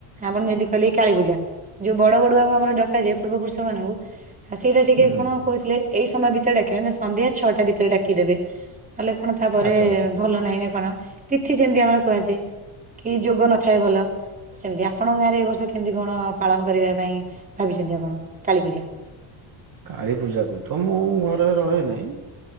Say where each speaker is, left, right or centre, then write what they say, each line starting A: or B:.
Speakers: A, on the right (about 15°); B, on the right (about 45°).
A: ଆପଣ ଯଦି କଲେ କାଳୀ ପୂଜା ଯୋଉ ବଡ ବଡୁଆଙ୍କୁ ଆମର ଡକାଯାଏ ପୂର୍ବ ପୁରୁଷ ମାନଙ୍କୁ ଆ ସେଇଟା ଟିକେ
B: ହୁଁ
A: କଣ କହୁଥିଲେ ଏଇ ସମୟ ଭିତରେ ଡାକିିବେ ନା ସନ୍ଧ୍ୟା ଛଅଟା ଭିତରେ ଡାକିଦେବେ। ତାଲେ କଣ ତାପରେ
B: ଆଚ୍ଛା ଆଚ୍ଛା।
A: ଭଲ ନାହିଁ ନା କଣ? ତିଥି ଯେମିତି ଆମର କୁହାଯାଏ କି ଯୋଗ ନଥାଏ ଭଲ ସେମିତିଆ। ଆପଣଙ୍କ ଗାଁରେ ଏ ବର୍ଷ କେମତି କଣ ପାଳନ କରିବା ପାଇଁ ଭାବିଛନ୍ତି ଆପଣ କାଳୀପୂଜା?
B: କାଳୀ ପୂଜା କୁ ତ ମୁଁ ଘରେ ରହେ ନାଇଁ